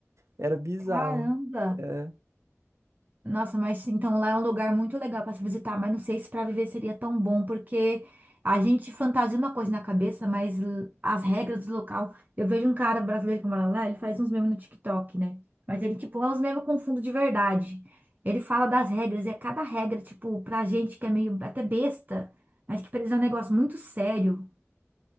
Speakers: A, on the right; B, on the right.
A: era bizarro.
B: caramba.
A: É.
B: Nossa, mas então lá é um lugar muito legal para se visitar, mas não sei se para viver seria tão bom, porque a gente fantasia uma coisa na cabeça, mas l- as regras do local. Eu vejo um cara brasileiro que mora lá, ele faz uns memes no TikTok, né? Mas ele, tipo, é uns memes com fundo de verdade. Ele fala das regras, e é cada regra, tipo, pra gente que é meio até besta, mas que pra eles é um negócio muito sério.